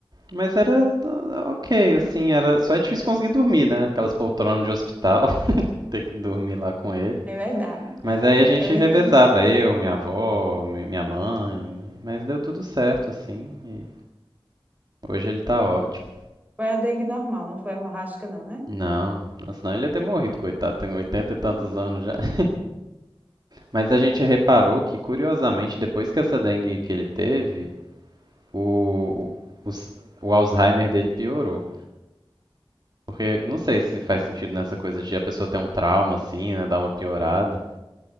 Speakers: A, on the right; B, on the right.
A: Mas era ah, ok, assim, era. Só é difícil conseguir dormir, né? Aquelas poltronas de hospital, <laughs> ter que dormir lá com ele.
B: É verdade.
A: Mas aí a gente
B: É muito
A: revezava,
B: ruim.
A: eu, minha avó, mi- minha mãe. Mas deu tudo certo, assim. E hoje ele tá ótimo.
B: Foi a dengue normal, não foi hemorrágica, não, né?
A: Não, senão ele ia ter morrido, coitado, tem 80 e tantos anos já. <laughs> Mas a gente reparou que, curiosamente, depois que essa dengue que ele teve, o, o, o Alzheimer dele piorou. Porque não
B: Foi.
A: sei se faz sentido nessa coisa de a pessoa ter um trauma, assim, né? Dar uma piorada.